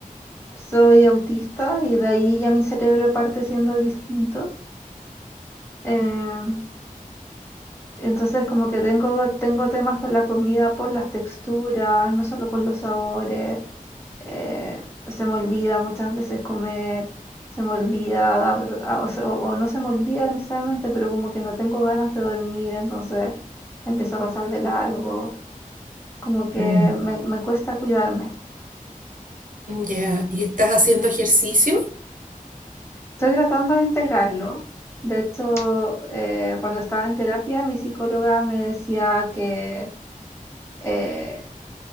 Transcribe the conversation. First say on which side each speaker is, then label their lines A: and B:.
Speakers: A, on the left; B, on the right.
A: soy autista y de ahí ya mi cerebro parte siendo distinto. Eh, entonces como que tengo, tengo temas por la comida, por las texturas, no solo por los sabores eh, se me olvida muchas veces comer, se me olvida, ab- a- o, se- o- o no se me olvida necesariamente, pero como que no tengo ganas de dormir, entonces empiezo a pasar de largo, como que
B: Mm.
A: me, me cuesta cuidarme.
B: Ya, ¿Y estás haciendo ejercicio?
A: Estoy tratando de integrarlo. De hecho, eh, cuando estaba en terapia, mi psicóloga me decía que eh,